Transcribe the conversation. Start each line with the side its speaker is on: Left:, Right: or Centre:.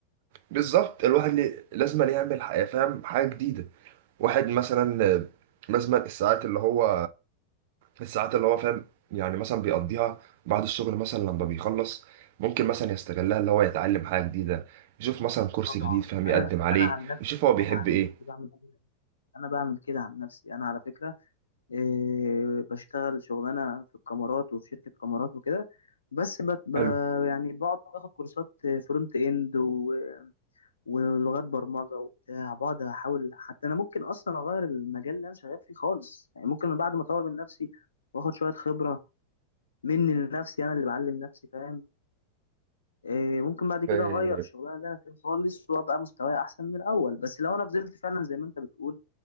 Right: بالظبط الواحد لي- لازما يعمل ح- فاهم حاجه جديده واحد مثلا لازما الساعات اللي هو الساعات اللي هو فاهم يعني مثلا بيقضيها بعد الشغل مثلا لما بيخلص ممكن مثلا يستغلها اللي هو يتعلم حاجة جديدة يشوف مثلا كورس
Left: طبعا
Right: جديد فاهم يقدم
Left: انا
Right: عليه
Left: انا عن نفسي
Right: يشوف هو بيحب
Left: انا عن
Right: ايه
Left: نفسي بعمل كده انا بعمل كده عن نفسي انا على فكره إيه بشتغل شغلانه في الكاميرات وفي شركه كاميرات وكده بس بت ب
Right: حلو
Left: يعني بقعد باخد كورسات فرونت اند و- ولغات برمجه وبتاع بقعد احاول حتى انا ممكن اصلا اغير المجال اللي انا شغال فيه خالص يعني ممكن بعد ما اطور من نفسي واخد شويه خبره مني لنفسي انا اللي بعلم نفسي فاهم إيه ممكن بعد كده
Right: آه،
Left: اغير الشغلانه اللي انا فيها خالص وابقى مستواي احسن من الاول بس لو انا فضلت فعلا زي ما انت بتقول